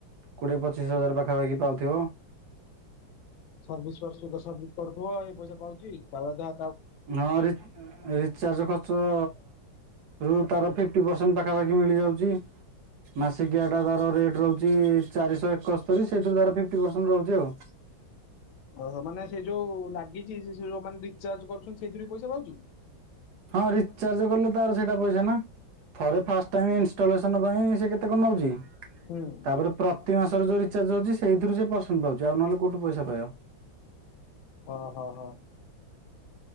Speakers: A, on the right (about 70°); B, on the left (about 80°).
A: କୋଡିଏ ପଚିଶ ହଜାର ପାଖାପାଖି ପାଉଥିବ।
B: ସର୍ଭିସ୍ କର ସର୍ଭିସ୍ କରୁଥିବ ଏଇ ପଇସା ପାଉଚି ତା ବାଦେ ହା
A: ହଁ ରି- ରିଚାର୍ଜ ଖର୍ଚ୍ଚ ରୁ ତାର ଫିପ୍ଟି ପରସେଣ୍ଟ ପାଖାପାଖି ମିଳିଯାଉଚି। ମାସିକିଆଟା ତାର ରେଟ୍ ରହୁଛି ଚାରିଶହ ଏକସ୍ତରୀ ସେଇଥିରୁ ତାର ଫିପ୍ଟି ପରସେଣ୍ଟ ରହୁଚି ଆଉ।
B: ଓହୋ, ମାନେ ସେଇ ଯୋଉ ଲାଗିଛି ସେ ଯୋଉ ମାନ ରିଚାର୍ଜ କରୁଛନ୍ତି ସେଇଥିରୁ ବି ପଇସା ପାଉଚୁ?
A: ହଁ ରିଚାର୍ଜ କଲେ ତାର ସେଇଟା ପଇସା ନା। ଥରେ ଫାଷ୍ଟ ଟାଇମ୍ ଇନଷ୍ଟଲେସନ ପାଇଁ ସେ କେତେ କଣ ନଉଚି।
B: ହୁଁ।
A: ତାପରେ ପ୍ରତି ମାସରେ ଯୋଉ ରିଚାର୍ଜ ହଉଚି ସେଇଥିରୁ ସେ ପସେଣ୍ଟ ପାଉଚି। ଆଉ ନହେଲେ କୋଉଠୁ ପଇସା ପାଇବ?
B: ଓ ହୋ ହୋ।